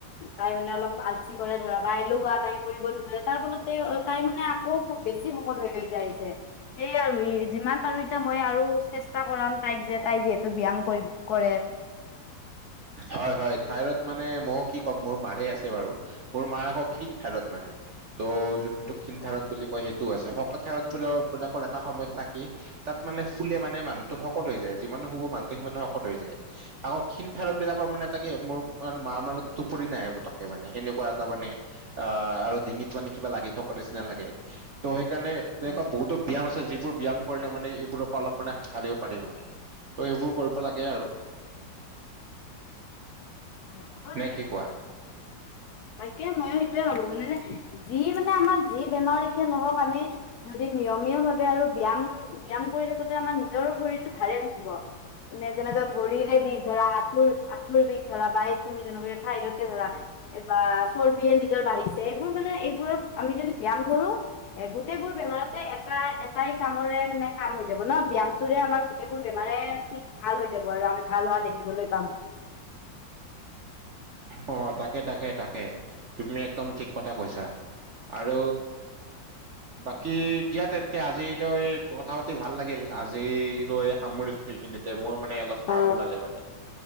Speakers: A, on the left; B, on the right.
A: তাই মানে অলপ আলচি কৰে ধৰা বা এলেহুৱা তাই কৰিব নোখোজে তাৰ ফলতে তাই মানে আকৌ বেছি শকত হৈ যাইছে সেইয় আৰু ই যিমান পৰো এতিয়া মই আৰু চেষ্টা কৰাম তাইক যে, তাই যিহেতু ব্যায়াম কৰি কৰে।
B: হয়, হয়, থঠাইৰড মানে মইো কি ক'ম মোৰ মাৰে আছে বাৰু। মোৰ মাৰ আকৌ খন থাইৰইড মানে। ত' যোনটো ক্ষীণ থাইৰইড
A: অ,
B: বুলি কয় সেইটো আছে, শকত থাইৰইড বিলাকৰ এটা সমস্যা কি তাত মানে ফুলে মানে মানুহটো শকত হৈ যায় যিমানে শুব মানুহটো সিমান শকত হৈ যায় আকৌ ক্ষীণ থাইৰইড বিলাকৰ মানে তাকে মোৰ মাৰ মানে টোপনি নাহে পতকে মানে সেনেকুৱা এটা মানে আহ আৰু ডিঙিত মানে কিবা লাগি থকা নিচিনা লাগে ত' সেইকাৰণে এনেকুৱা
A: হয়
B: বহুতো ব্যায়াম আছে। যিবোৰ ব্যায়াম কৰিলে মানে এইবোৰৰ পৰা অলপ মানে হাত সাৰিব পাৰি মানে ত' সেইবোৰ কৰিব লাগে আৰু।
A: অ', হয়,
B: নে
A: হৈ
B: কি
A: গছে
B: কোৱা
A: তাকে ময়ো সেইটোৱে ভাবো মানে যে যি মানে আমাৰ যি বেমাৰ কিয় নহওক আমি যদি নিয়মীয়া ভাৱে আৰু বিয়াম ব্যায়ম কৰি থাকোতে আমাৰ নিজৰ শৰীৰটো ভালে থাকিব। মানে যেনেকে ভৰিৰে বিষ ধৰা আঁঠুৰ আঁঠুৰ বিষ ধৰা বা তুমি যেনেকা থাইৰইডে ধৰা। বা চৰ্বিয়ে নিজৰ বাঢ়িছে এইবোৰ মানে এইবোৰৰ আমি যদি ব্য়াম কৰো। এ গোটেই বোৰ বেমাৰতে এটা এটাই কামৰে মানে কাম হৈ যাব ন' ব্যয়াম টোৰে আমাৰ গোটেইবোৰ বেমাৰে ঠিক ভাল হৈ যাব আৰু আমি ভাল হোৱা দেখিবলৈ পাম।
B: অ', তাকে তাকে তাকে, তুমি একদম ঠিক কথা কৈছা আৰু বাকী দিয়া তেন্তে আজিলৈ কথা পাতি ভাল লাগিল। আজিলৈ সামৰিছোঁ এইখিনিতে মোৰ মানে অলপ কাম
A: অ
B: ওলালে মানে।